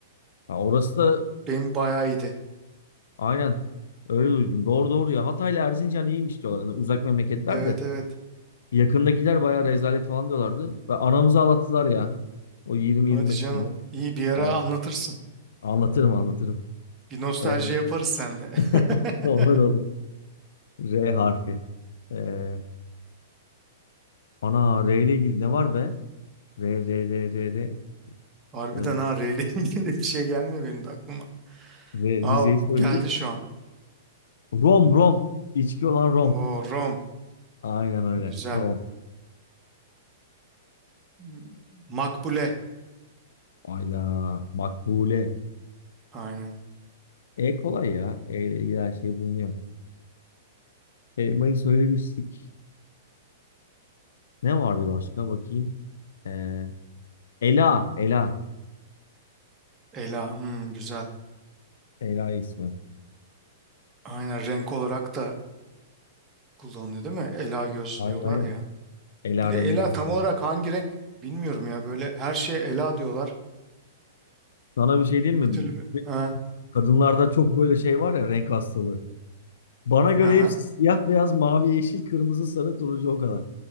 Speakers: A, on the left; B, on the right.
A: Ha, orası da
B: Benim bayağı iyiydi.
A: Aynen. Öyle duydum. Doğru doğru ya. Hatay'la Erzincan iyiymiş diyorlar. Hani uzak memleketler
B: Evet
A: de.
B: evet.
A: Yakındakiler bayağı rezalet falan diyorlardı. Ve anamızı ağlattılar ya. O 20-25
B: Hadi canım.
A: günde.
B: İyi bir ara
A: Vallahi.
B: anlatırsın.
A: Anlatırım anlatırım.
B: Bir nostalji
A: Ee,
B: yaparız seninle.
A: <laughs>
B: <laughs>
A: olur olur. R harfi. Ee, ana R ile ilgili ne var be? R R R R R.
B: Harbiden
A: Ee,
B: ha R ile ilgili bir şey gelmiyor benim de aklıma.
A: R
B: Aa
A: Rize'yi söyledik.
B: geldi şu an.
A: Rom Rom. İçki olan Rom.
B: O Rom.
A: Aynen öyle.
B: Güzel.
A: Rom.
B: Hmm. Makbule.
A: Ayda. Makbule.
B: Aynen.
A: E kolay ya. E ile ilgili her şey bulunuyor. Elmayı söylemiştik. Ne vardı başka bakayım. Ee, Ela. Ela.
B: Ela. hmm, güzel.
A: Ela ismi.
B: Aynen renk olarak da kullanılıyor değil mi? Ela göz
A: Aynen
B: diyorlar
A: aynen.
B: ya.
A: Ela
B: Bir de
A: rengi
B: ela
A: falan.
B: tam olarak hangi renk bilmiyorum ya. Böyle her şeye ela diyorlar.
A: Sana bir şey diyeyim
B: Bir
A: mi?
B: türlü.
A: Bu
B: Ha,
A: Kadınlarda çok böyle şey var ya renk hastalığı. Bana göre
B: aha.
A: hepsi siyah, beyaz, mavi, yeşil, kırmızı, sarı, turuncu o kadar.